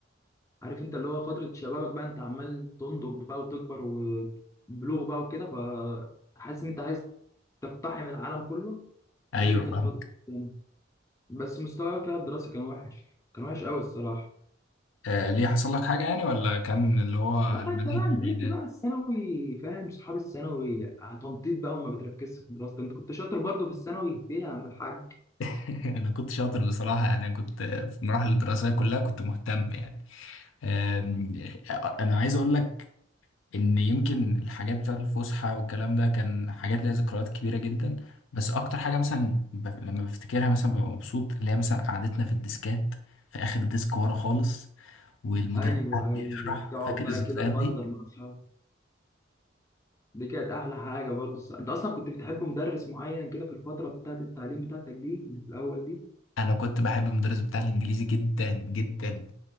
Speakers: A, on the left; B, on the left.
A: عارف انت اللي هو فتره شبابك بقى انت عمال تنضج بقى وتكبر وبلوغ بقى وكده فحاسس ان انت عايز تقتحم العالم كله
B: ايوه
A: هي دي كانت
B: فاهمك
A: فتره الثانوي بس مستواي فيها الدراسي كان وحش كان وحش قوي الصراحه
B: آه ليه حصل لك حاجة يعني ولا كان اللي هو
A: لا
B: المناهج
A: انت بقى نزلت
B: الجديدة
A: بقى الثانوي فاهم صحاب الثانوي تنطيط بقى وما بتركزش في دراستك انت كنت شاطر برضه في الثانوي ايه يا عم الحاج
B: <laughs> انا كنت شاطر بصراحة يعني انا كنت في المراحل الدراسية كلها كنت مهتم يعني آم، آه، انا عايز اقول لك ان يمكن الحاجات بتاعت الفسحة والكلام ده كان حاجات ليها ذكريات كبيرة جدا بس اكتر حاجة مثلا ب... لما بفتكرها مثلا ببقى مبسوط اللي هي مثلا قعدتنا في الديسكات في اخر ديسك ورا خالص والمدرس
A: ايوه
B: قعد
A: ايوه
B: يشرح
A: تقعد
B: فاكر
A: بقى
B: الذكريات
A: كده تهزر
B: دي
A: مع اصحابك دي كانت احلى حاجه برضه الس- انت اصلا كنت بتحب مدرس معين كده في الفتره بتاعت التعليم بتاعتك دي اللي في الاول دي
B: انا كنت بحب المدرس بتاع الانجليزي جدا جدا